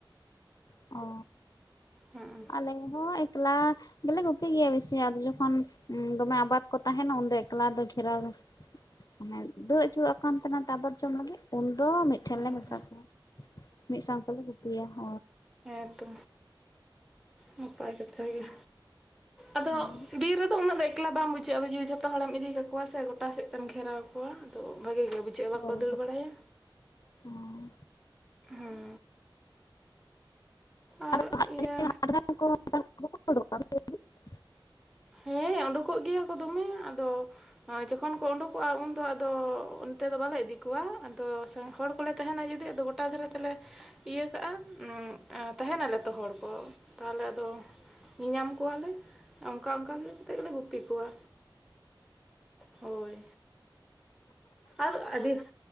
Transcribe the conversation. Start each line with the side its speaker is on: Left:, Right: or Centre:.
Left: ᱚ
Centre: ᱦᱩᱸ
Left: ᱟᱞᱮ ᱦᱚᱸ ᱮᱠᱞᱟ ᱜᱮᱞᱮ ᱜᱩᱯᱤ ᱜᱮᱭᱟ ᱵᱮᱥᱤ ᱟ ᱡᱚᱠᱷᱚᱱ ᱫᱚᱢᱮ ᱟᱵᱟᱫ ᱠᱚ ᱛᱟᱦᱮᱱᱟ ᱩᱱᱫᱚ ᱮᱠᱞᱟ ᱫᱚ ᱜᱷᱮᱨᱟᱣ ᱨᱮ, ᱢᱟᱱᱮ ᱫᱩᱲ ᱟᱪᱩᱨᱚᱜ ᱠᱟᱱ ᱛᱟᱦᱮᱱᱟ ᱛᱟᱵᱚᱨ ᱡᱚᱢ ᱞᱟᱹᱜᱤᱫ ᱩᱱ ᱫᱚ ᱢᱤᱫᱴᱷᱮᱱ
Centre: ᱦᱮᱸ
Left: ᱞᱮ ᱢᱮᱥᱟ
Centre: ᱦᱮᱸ
Left: ᱠᱚᱣᱟ ᱢᱤᱫ ᱥᱟᱶ ᱛᱮᱞᱮ ᱜᱩᱛᱤᱭᱟ ᱦ᱾
Centre: ᱦᱮᱸ ᱛᱚ ᱱᱟᱯᱟᱭ ᱠᱟᱛᱮᱫ ᱜᱮ᱾ ᱟᱫᱚ
Left: ᱦᱳᱭ
Centre: ᱵᱤᱨ ᱨᱮᱫᱚ ᱩᱱᱟᱹᱜ ᱫᱚ ᱮᱠᱞᱟ ᱵᱟᱝ ᱵᱩᱡᱷᱟᱹᱜᱼᱟ ᱟᱫᱚ ᱡᱤᱣᱤ ᱡᱷᱚᱛᱚ ᱦᱚᱲᱮᱢ ᱤᱫᱤ ᱠᱟᱠᱚᱣᱟ ᱥᱮ ᱜᱚᱴᱟ ᱥᱮᱫ ᱛᱮᱢ ᱜᱷᱮᱨᱟᱣᱟ ᱠᱚᱣᱟ᱾ ᱠᱚᱣᱟ ᱟᱫᱚ ᱵᱷᱟᱜᱮ ᱜᱮ ᱵᱩᱡᱷᱟᱹᱜᱼᱟ
Left: ᱦᱳᱭ
Centre: ᱵᱟᱠᱚ ᱫᱟᱹᱲ ᱵᱟᱲᱟᱭᱟ,
Left: ᱦᱳᱭ
Centre: ᱦᱮᱸ ᱟᱨ
Left: ᱟᱫᱚ
Centre: ᱤᱭᱟᱹ
Left: <unintelligible>
Centre: ᱦᱮᱸ ᱩᱰᱩᱠᱚᱜ ᱜᱮᱭᱟ ᱠᱚ ᱫᱚᱢᱮ ᱟᱫᱚ ᱡᱚᱠᱷᱚᱱ ᱠᱚ ᱩᱰᱩᱠᱚᱜᱼᱟ ᱩᱱᱫᱚ ᱟᱫᱚ ᱚᱱᱛᱮ ᱫᱚ ᱵᱟᱞᱮ ᱤᱫᱤ ᱠᱚᱣᱟ ᱟᱫᱚ ᱦᱚᱲ ᱠᱚᱞᱮ ᱛᱟᱦᱮᱱᱟ ᱡᱩᱫᱤ ᱟᱫᱚ ᱜᱚᱴᱟ ᱫᱷᱟᱨᱮ ᱛᱮᱞᱮ ᱤᱭᱟᱹ ᱠᱟᱜᱼᱟᱢ ᱛᱟᱦᱮᱱᱟᱞᱮ ᱛᱚ ᱦᱚᱲ ᱠᱚ ᱛᱟᱦᱞᱮ ᱟᱫᱚ, ᱧᱮᱧᱟᱢ ᱠᱚᱣᱟᱞᱮ᱾ ᱚᱱᱠᱟ ᱚᱱᱠᱟ ᱜᱮ ᱠᱟᱛᱮᱫ ᱜᱮᱞᱮ ᱜᱩᱯᱤ ᱠᱚᱣᱟ ᱦᱳᱭ᱾ ᱟᱨ ᱟᱹᱰᱤ